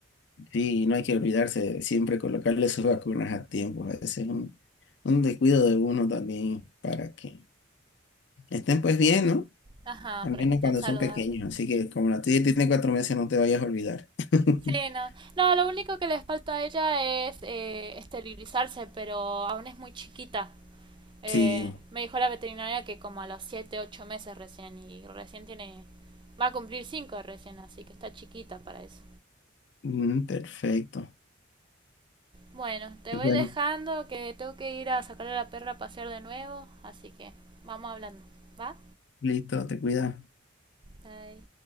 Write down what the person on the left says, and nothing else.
Sí, no hay que olvidarse de siempre colocarle sus vacunas a tiempo. a veces es un, un descuido de uno también para que estén pues bien, ¿no?
Al
menos
cuando
son pequeños. Así que como la tuya tiene cuatro meses, no te vayas a olvidar. <laughs>
Sí,
Mm, perfecto.
Bueno,
listo, te cuida.